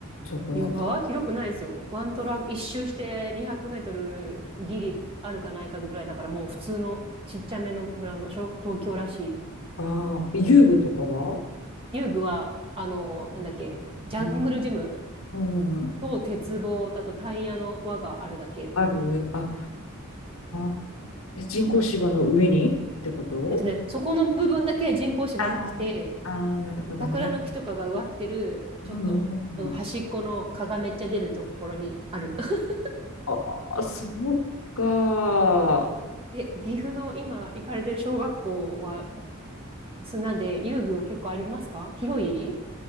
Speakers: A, on the left; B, on the right.
A: そこの。
B: いやー、広くないですよ。ワントラ、一周して200メートルギリあるかないかぐらいだから、もう普通のちっちゃめのグラウンド、小東京らしい
A: ああ、遊具とかは
B: 遊具は、あの、なんだっけ、ジャングルジム
A: うんうんうん。
B: と鉄棒だとタイヤの輪があるだけ。
A: あるあ、ああ。え人工芝の上にってこと
B: えっとね、そこの部分だけ人工芝なくて、
A: ああ、あーなるほどね。
B: 桜の木とかが植わってる、ちょっと、
A: うんうんうん。
B: うん、端っこの蚊がめっちゃ出るところにある。<laughs>
A: ああ、そうか。
B: え、岐阜の今行かれてる小学校は砂で遊具は結構ありますか広い